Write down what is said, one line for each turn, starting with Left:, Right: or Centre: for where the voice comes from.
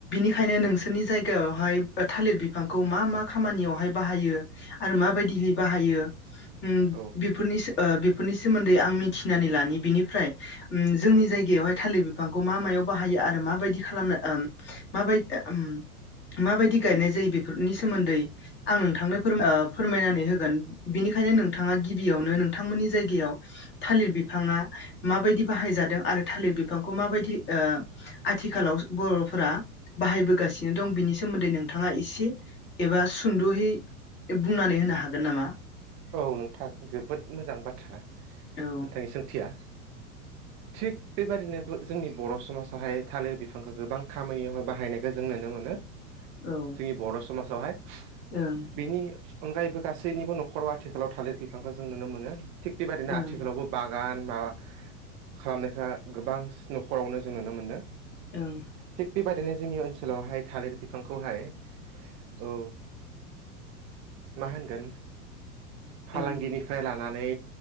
Left: खायनो नोंसोरनि जायगायावहाय ओ थालिर बिफांखौ मा मा खामानियावहाय बाहायो आरो माबायदिहै बाहायो उम
Right: औ
Left: बेफोरनि सो ओ बेफोरनि सोमोन्दै आं मिथिनानै लानो बिनिफ्राय उम जोंनि जायगायावहाय थालिर बिफांखौ मा मायाव बाहायो आरो माबायदि खालामो ओ माबाय ओम माबायदि गायनाय जायो बेफोरनि सोमोन्दै आं नोंथांनो फोरमा ओ फोरमायनानै होगोन बिनिखायनो नोंथाङा गिबियावनो नोंथांमोननि जायगायाव थालिर बिफाङा माबायदि बाहायजादों आरो थालिर बिफांखौ माबायदि ओ आथिखालाव बर'फोरा बाहायबोगासिनो दं बिनि सोमोन्दै नोंथाङा एसे एबा सुद'यै बुंनानै होनो हागोन नामा?
Right: औ नोंथां जोबोद मोजां बाथ्रा नोंथांनि
Left: औ
Right: सोंथिया। थिग बेबादिनो बो जोंनि बर' समाजाहाय थालिर बिफांखौ गोबां खामानियावहाय बाहायनायखौ जों नुनो मोनो
Left: औ
Right: जोंनि बर' समाजावहाय।
Left: ओं
Right: बेनि अनगायैबो गासैनिबो न'खराव आथिखालाव थालिर बिफांखौ जों नुनो मोनो। थिग बेबायदिनो
Left: ओं
Right: आथिखालावबो बागान मा खालामनायखौ गोबांस न'खरावनो जों नुनो मोनदों।
Left: ओं
Right: थिग बे बायदिनो जोंनि ओनसोलावहाय थालिर बिफांखौ हाय औ मा होनगोन फालांगिनिफ्राय
Left: ओं
Right: लानानै